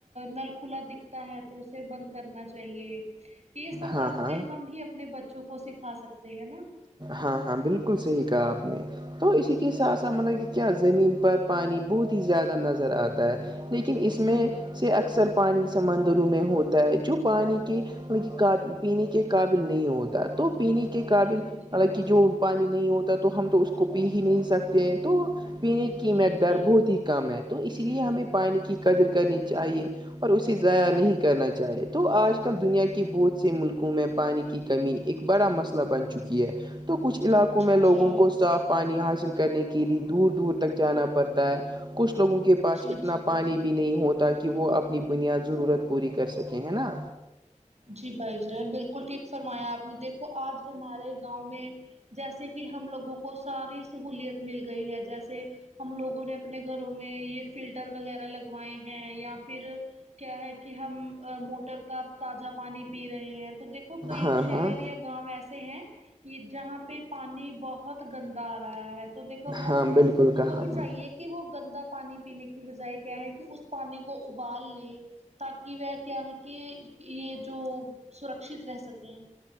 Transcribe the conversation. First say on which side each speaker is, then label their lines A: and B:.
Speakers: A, on the right; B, on the right.
A: نل کھلا دکھتا ہے تو اسے بند کرنا چاہیے یہ سب
B: ہاں
A: باتیں
B: ہاں
A: ہم ہی اپنے بچوں کو سکھا سکتے ہیں نا
B: ہاں ہاں بالکل صحیح کہا آپ نے تو اسی کے سا سا مطلب کہ کیا زمین پر پانی بہت ہی زیادہ نظر آتا ہے لیکن اس میں سے اکثر پانی سمندروں میں ہوتا ہے جو پانی کے ان پینے کے قابل نہیں ہوتا تو پینے کے قابل
A: جی جی جی
B: حالانکہ پانی نہیں ہوتا تو ہم تو اس کو پی ہی نہیں سکتے ہیں تو پینے کی
A: جی
B: مقدار
A: جی
B: بہت ہی کم ہے تو اس لیے ہمیں پانی کی قدر کرنی چاہیے اور اسے ضائع نہیں کرنا چاہے تو آج کل دنیا کے بہت سے ملکوں میں پانی کی کمی ایک بڑا مسئلہ بن چکی ہے تو کچھ علاقوں
A: جی
B: میں لوگوں
A: جی
B: کو صاف پانی حاصل کرنے کے لئے دور دور تک جانا پڑتا ہے کچھ لوگوں کے پاس
A: جی
B: اتنا
A: جی
B: پانی بھی نہیں ہو تاکہ وہ اپنی بنیاد ضرورت پوری کر سکیں ہے نا
A: جی بھائی جین بالکل ٹھیک فرمایا آپ نے دیکھو آج ہمارے گاؤں میں جیسے کہ ہم لوگوں کو ساری سہولت مل گئی ہے جیسے ہم لوگوں نے اپنے گھروں میں یہ فلٹر وغیرہ لگوائے ہیں یا پھر کیا ہے کہ ہم موٹر کا تازہ پانی پی رہے ہیں تو دیکو کئی
B: ہاں
A: شہر
B: ہاں
A: یا گاؤں ایسے ہیں یہ جہاں پہ پانی بہت گندا آ رہا ہے تو دیکھو وہ
B: ہاں بالکل
A: ان
B: کہا
A: کو
B: آپ
A: بھی چاہیے
B: نے
A: کہ کہ وہ گندا پانی پینے کی بجائے کیا ہے کہ اس پانی کو ابال لیں تاکہ وہ کیا ہے کہ یہ جو سرکشت رہ سکیں